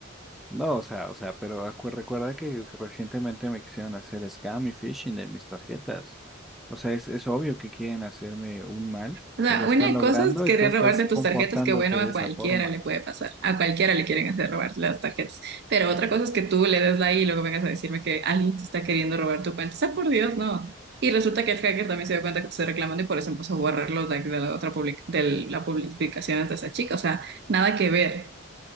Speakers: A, in the centre; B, on the right.
A: No, o sea, o sea, pero acu- recuerda que recientemente me quisieron hacer scam y phishing de mis tarjetas. O sea, es, es obvio que quieren hacerme un mal
B: O sea,
A: y lo están
B: una
A: logrando
B: cosa es querer
A: y tú estás
B: robarte tus
A: comportándote
B: tarjetas, que bueno, a
A: de esa
B: cualquiera
A: forma.
B: le puede pasar, a cualquiera le quieren hacer robar las tarjetas, pero otra cosa es que tú le des la I y luego vengas a decirme que alguien te está queriendo robar tu cuenta. O sea, por Dios, no. Y resulta que el hacker también se dio cuenta que te estoy reclamando y por eso empezó a borrar los likes de la otra public- de la publicación de esa chica. O sea, nada que ver.